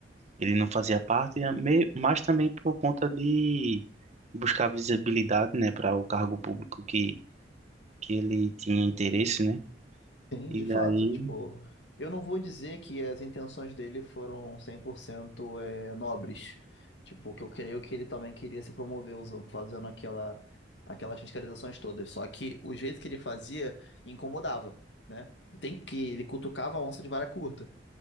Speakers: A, on the right; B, on the left.
A: ele não fazia parte, e a me- mas também por conta de buscar visibilidade, né, para o cargo público que, que ele tinha interesse, né?
B: Sim,
A: E
B: de fato,
A: daí,
B: tipo, eu não vou dizer que as intenções dele foram 100% é, nobres. Tipo, que eu creio é que ele também queria se promover usando, fazendo aquela, aquelas fiscalizações todas. Só que o jeito que ele fazia incomodava, né? E Tem que ele cutucava a onça de vara curta.